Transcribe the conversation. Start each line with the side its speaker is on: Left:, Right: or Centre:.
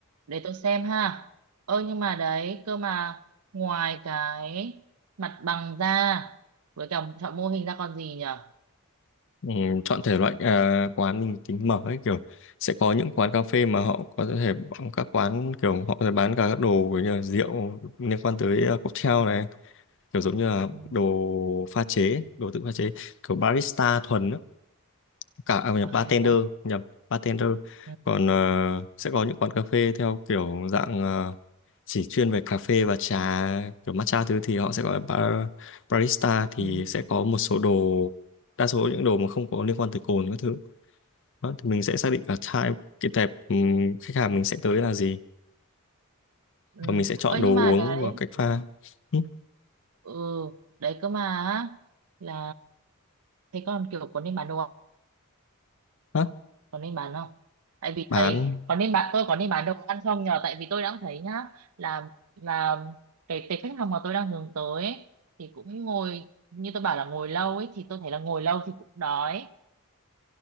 Right: để tôi xem ha. Ơ nhưng mà đấy, cơ mà ngoài cái mặt bằng ra với cả chọn mô hình ra còn gì nhở?
Left: Ừ, chọn thể loại à, quán mình tính mở ấy kiểu sẽ có những quán cà phê mà họ có thể bán các quán kiểu họ sẽ bán cả các đồ kiểu như là rượu liên quan tới à, cocktail này kiểu giống như là
Right: Ừ.
Left: đồ pha chế đồ tự pha chế kiểu barista thuần á cả à, nhập
Right: À,
Left: bartender
Right: bãi-
Left: nhập bartender
Right: ừ.
Left: còn ờ, sẽ có những quán cà phê theo kiểu dạng ờ, chỉ chuyên về cà phê và trà kiểu matcha thứ thì họ sẽ gọi là bar, barista thì
Right: Ừ.
Left: sẽ có một số đồ đa số những đồ mà không có liên quan tới cồn các thứ đó, thì mình sẽ xác định là type cái tệp ừm, khách hàng mình sẽ tới là gì
Right: Ừ.
Left: và mình sẽ chọn
Right: Ơ
Left: đồ
Right: nhưng
Left: uống
Right: mà đấy,
Left: và cách pha Ừ,
Right: ừ, đấy cơ mà á, là thế còn kiểu có nên bán đồ
Left: đó,
Right: còn đi bán không tại vì
Left: bán
Right: thầy còn đi bán tôi còn đi bán đồ ăn không nhờ tại vì tôi đang thấy nhá là là cái cái khách hàng mà tôi đang hướng tới ấy, thì cũng ngồi như tôi bảo là ngồi lâu ấy thì tôi thấy là ngồi lâu thì cũng đói